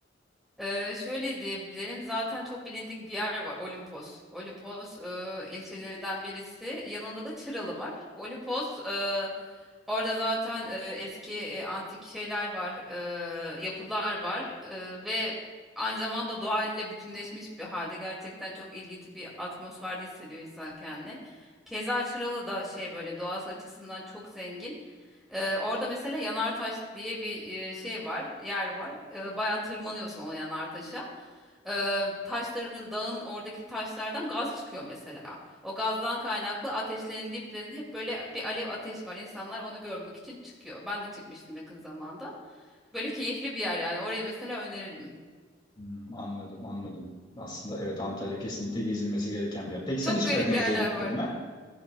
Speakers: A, in the centre; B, on the left (about 25°).
A: Ee, şöyle diyebilirim zaten çok bilindik bir yer var Olimpos. Olimpos e, ilçelerinden birisi yanında da Çıralı var. Olimpos e, orada zaten e, eski e, antik şeyler var e, yapılar var e, ve aynı zamanda doğayla bütünleşmiş bir halde gerçekten çok ilginç bir atmosferde hissediyor insan kendini. Keza Çıralı da şey böyle doğası açısından çok zengin. Ee, orada mesela Yanartaş diye bir e, şey var, yer var. Ee, bayağı tırmanıyorsun o Yanartaş'a. Ee, taşların, dağın oradaki taşlardan gaz çıkıyor mesela. O gazdan kaynaklı ateşlerin diplerinde hep böyle bir alev ateş var. İnsanlar onu görmek için çıkıyor. Ben de çıkmıştım yakın zamanda. Böyle keyifli bir yer yani. Oraya mesela öneririm.
B: Hmm, anladım, anladım. Aslında evet Antalya kesinlikle gezilmesi gereken bir yer. Peki sen
A: Çok
B: hiç
A: garip
B: Karadeniz'e
A: yerler
B: gittin
A: var.
B: mi?